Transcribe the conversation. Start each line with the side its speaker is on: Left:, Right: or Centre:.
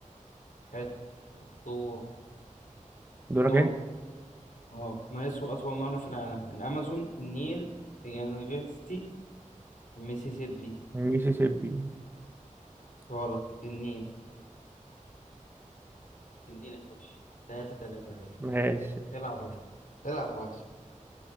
Left: حلو دور
Right: دورك
Left: دوري
Right: أنت
Left: اه ما يسوى أطول نهر في العالم الأمازون النيل يانغستي الميسيسيبي
Right: ميسيسيبي
Left: غلط النيل النيل يا باشا تلاتة تلاتة يا باشا
Right: ماشي
Left: العب وقت العب واكسب